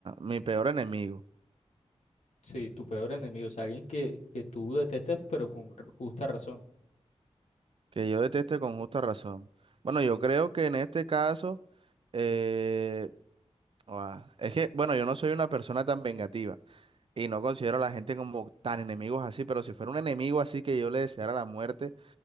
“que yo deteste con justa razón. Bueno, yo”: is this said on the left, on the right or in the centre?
Right